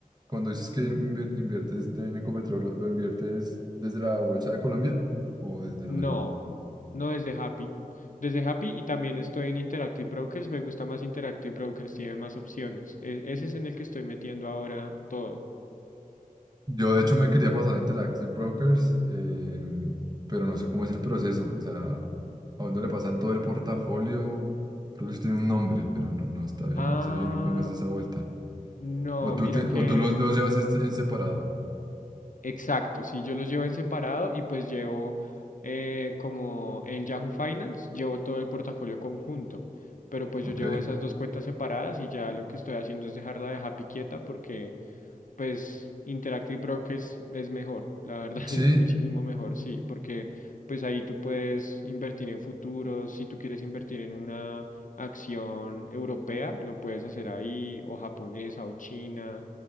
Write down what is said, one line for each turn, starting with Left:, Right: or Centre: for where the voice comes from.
Right: cuando dices que invier- inviertes de- en Ecopetrol, ¿lo, lo inviertes desde la Bolsa de Colombia o desde
Left: No,
Right: Nueva York?
Left: no desde Happy. Desde Happy y también estoy en Interactive Brokers. Me gusta más Interactive Brokers, tiene más opciones. E- ese es en el que estoy metiendo ahora todo.
Right: Yo, de hecho, me quería pasar a Interactive Brokers, eh, pero no sé cómo es el proceso. O sea, ¿a dónde le pasan todo el portafolio? Creo que eso tiene un nombre, pero no, no está bien,
Left: Ah,
Right: no sé bien cómo es esa vuelta.
Left: no,
Right: O tú,
Left: mira
Right: te-
Left: que
Right: o tú los dos llevas en en separado.
Left: Exacto, sí, yo los llevo en separado y pues llevo eh, como en Yahoo Finance, llevo todo el portafolio conjunto, pero pues
Right: Ok.
Left: yo llevo esas dos cuentas separadas y ya lo que estoy haciendo es dejarla de Happy quieta porque pues Interactive Broker es, es mejor, la verdad <laughs>
Right: Sí,
Left: es muchísimo mejor, sí, porque pues ahí tú puedes invertir en futuros, si tú quieres invertir en una acción europea, lo puedes hacer ahí, o japonesa, o china,